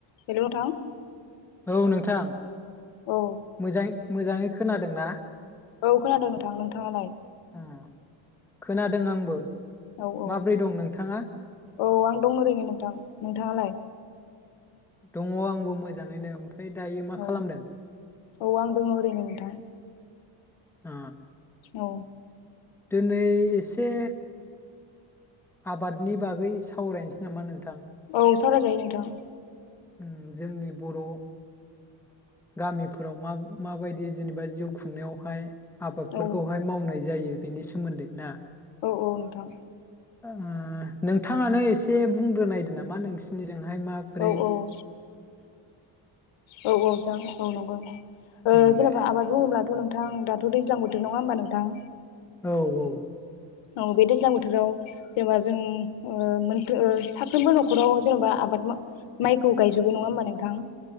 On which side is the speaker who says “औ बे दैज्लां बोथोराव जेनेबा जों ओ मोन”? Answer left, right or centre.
Left